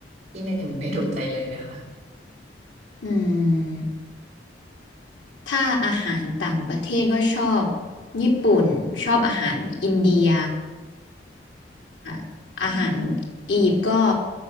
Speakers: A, on the right (about 40°); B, on the left (about 85°).
A: ที่หนึ่งในดวงใจเลยไหมคะ
B: อืมถ้าอาหารต่างประเทศก็ชอบญี่ปุ่นชอบอาหารอินเดียค่ะอาหารอียิปต์ก็